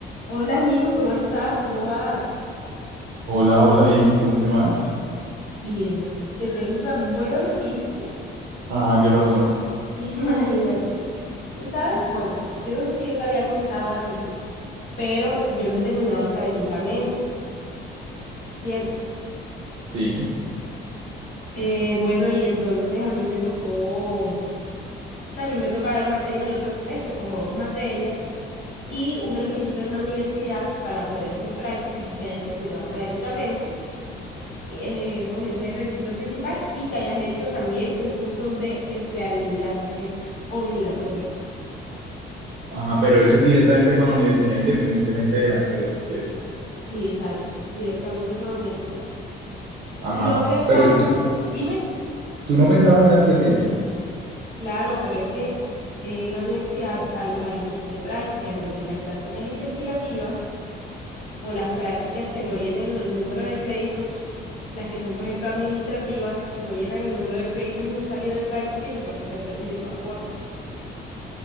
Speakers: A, on the left; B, on the right.
A: Hola amigo, ¿cómo estás? ¿Cómo vas?
B: Hola, hola, bien, ¿y tú qué más?
A: Bien, te tengo una buena noticia.
B: Ajá, ¿qué pasó?
A: <laughs> Imagínate. Tú sabes, bueno, yo no sé si yo te había contado a ti, pero yo no he terminado académicamente, ¿cierto?
B: Sí,
A: Eh, bueno, y entonces a mí me tocó, o sea, a mí me toca ver materias del otro semestre, como dos materias, y un requisito en la universidad para poder hacer prácticas es que hayas terminado académicamente. eh, pues ese es el requisito principal y que hayas hecho también un curso de empleabilidad. Es obligatorio.
B: ajá, pero eso es directamente con la universidad, independientemente de la empresa, ¿cierto?
A: Sí, exacto. Directamente con la universidad.
B: Ajá,
A: Lo que pasó,
B: pero tú,
A: dime,
B: tú no pensabas era hacer tesis.
A: claro, pero es que en la universidad hay varios tipos de prácticas. Entonces, las prácticas investigativas o las prácticas que no llenen el número de créditos, las que son, por ejemplo, administrativas, no llenan el número de créditos necesarios de práctica y te toca hacer tesis de todas formas.